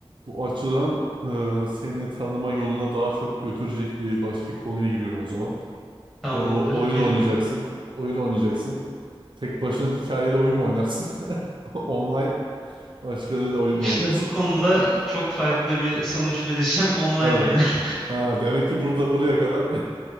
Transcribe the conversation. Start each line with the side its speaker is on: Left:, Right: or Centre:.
Right: bu açıdan e, seni tanıma yoluna daha çok götürecek bir başka konuya giriyorum o zaman.
Centre: Tamamdır,
Right: E, o, oyun
Centre: geri
Right: oynayacaksın.
Centre: bakalım.
Right: Oyun oynayacaksın. Tek başına hikayeli oyun mu oynarsın? <laughs> Online başkalarıyla oyun
Centre: İşte
Right: mu oynarsın?
Centre: bu konuda çok farklı bir sonuç vereceğim. Online
Right: Evet.
Centre: oynar.
Right: Ha, demek ki burada buraya kadar <laughs>